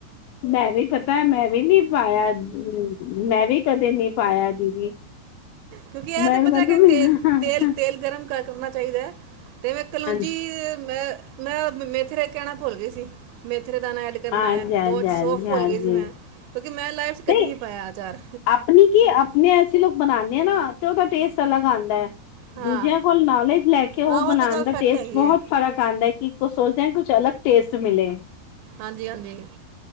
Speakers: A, on the left; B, on the right.
A: ਮੈਂ ਵੀ ਪਤਾ ਮੈਂ ਵੀ ਨੀ ਪਾਇਆ ਮੈਂ ਵੀ ਕਦੇ ਨੀ ਪਾਇਆ ਦੀਦੀ
B: ਕਿਉਂਕਿ ਇਹ
A: ਮੈਂ
B: ਤਾਂ ਪਤਾ
A: ਮੈਨੂੰ
B: ਕਿ
A: ਵੀ
B: ਤੇਲ
A: ਹਾਂਜੀ
B: ਤੇਲ ਤੇਲ ਗਰਮ ਕਰਨਾ ਚਾਹੀਦਾ ਐ। ਤੇ ਮੈਂ ਕਲੂੰਜੀ
A: ਹਾਂਜੀ
B: ਮੈਂ ਮੈਂ ਮੇਥਰੇ ਕਹਿਣਾ ਭੁੱਲ ਗਈ ਸੀ। ਮੇਥਰੇ ਦਾਨਾ ਐਡ ਕਰਨਾ
A: ਹਾਂਜੀ
B: ਐ
A: ਹਾਂਜੀ
B: ਦੋ ਸੋਫ
A: ਹਾਂਜੀ
B: ਭੁੱਲ ਗਏ ਸੀ ਮੈਂ ਕਿਉਂਕਿ ਮੈਂ ਲਾਈਫ ਚ ਕਦੇ
A: ਨਹੀਂ
B: ਨੀ ਪਾਇਆ ਆਚਾਰ,
A: ਆਪਣੀ ਕੀ ਆਪਣੇ ਅਸੀ ਲੋਕ ਬਣਾਦੇ ਆ ਨਾ ਤੇ ਉਹਦਾ ਟੇਸਟ ਅਲਗ ਆਦਾ ਐ।
B: ਹਾਂ
A: ਦੂਜਿਆਂ ਕੋਲ ਨੌਲੇਜ ਲੈ ਕੇ ਉਹ
B: ਹਾਂ
A: ਬਣਾਣ
B: ਤਾਂ ਗੱਲ
A: ਦਾ
B: ਫੈਕਟ
A: ਟੇਸਟ
B: ਹੈਗੀ
A: ਬਹੁਤ
B: ਹੈ।
A: ਫਰਕ ਆਦਾ ਐ ਕਿ ਸੋਚਦੇ ਕੁਛ ਅਲਗ ਟੇਸਟ ਮਿਲੇ
B: ਹਾਂਜੀ-ਹਾਂਜੀ।